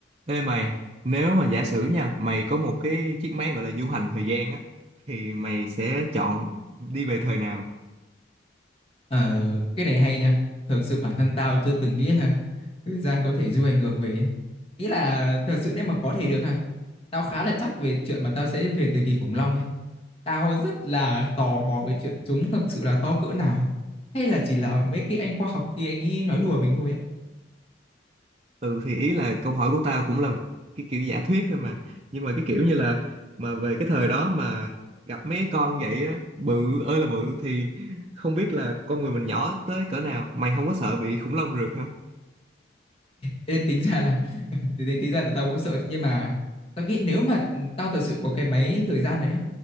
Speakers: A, on the right; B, on the left.
A: Ê mày, nếu mà giả sử nha, mày có một cái chiếc máy gọi là du hành thời gian á, thì mày sẽ chọn đi về thời nào?
B: Ờ, cái này hay nha. Thật sự bản thân tao chưa từng nghĩ là thời gian có thể du hành ngược về. ấy. Ý là thật sự nếu mà có thể được ha. Tao khá là chắc về chuyện mà tao sẽ về thời kỳ khủng long ấy. Tao rất là tò mò về chuyện chúng thật sự là to cỡ nào. Hay là chỉ là mấy cái anh khoa học kia anh ấy nói đùa mình thôi á.
A: Ừ thì ý là câu hỏi của tao cũng là cái kiểu giả thuyết thôi mà. Nhưng mà cái kiểu như là mà về cái thời đó mà gặp mấy cái con vậy á, bự ơi là bự thì không biết là con người mình nhỏ tới cỡ nào. Mày không có sợ bị khủng long rượt hả?
B: Ê, tính ra là <laughs> tính, tính ra là tao cũng sợ chứ nhưng mà tao nghĩ nếu mà tao thật sự có cái máy thời gian đấy á